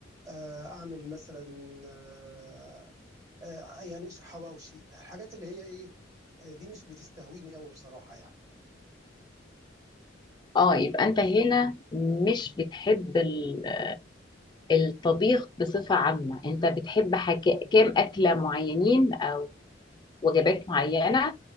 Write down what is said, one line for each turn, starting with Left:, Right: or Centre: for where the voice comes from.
Right: آه، أعمل مثلا آه، آه، يعني حواوشي الحاجات اللي هي إيه آه، دي مش بتستهويني قوي بصراحة يعني
Left: اه يبقى انت هنا مش بتحب ال- الطبيخ بصفة عامة انت بتحب حاجة كام أكلة معينين أو وجبات معينة